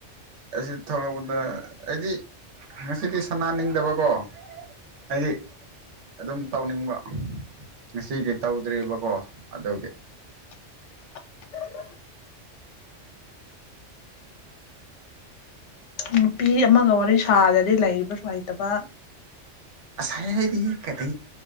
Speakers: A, on the right; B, on the left.
A: ꯑꯩ ꯊꯣꯛꯂꯛꯄꯗ ꯑꯩꯗꯤ ꯉꯁꯤꯗꯤ ꯁꯅꯥꯅꯤꯡꯗꯕꯀꯣ ꯍꯥꯏꯗꯤ ꯑꯗꯨꯝ ꯇꯧꯅꯤꯡꯕ ꯉꯁꯤꯒꯤ ꯇꯧꯗ꯭ꯔꯤꯕꯀꯣ ꯑꯗꯨꯒꯤ
B: <inaudible> ꯅꯨꯄꯤ ꯑꯃꯒ ꯋꯥꯔꯤ ꯁꯥꯗꯗꯤ ꯂꯩꯔꯤꯕꯁꯨꯉꯥꯏꯇꯕ
A: ꯁꯥꯏ ꯍꯥꯏꯥꯏꯗꯤ ꯀꯇ